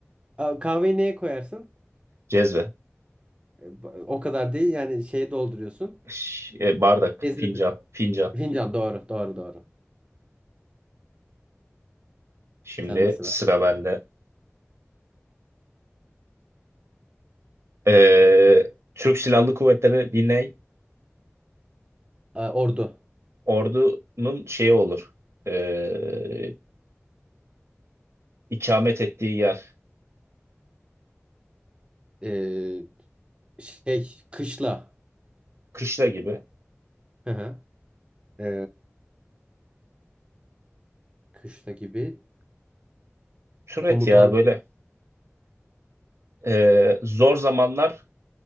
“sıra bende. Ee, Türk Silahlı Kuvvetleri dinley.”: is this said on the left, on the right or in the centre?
Right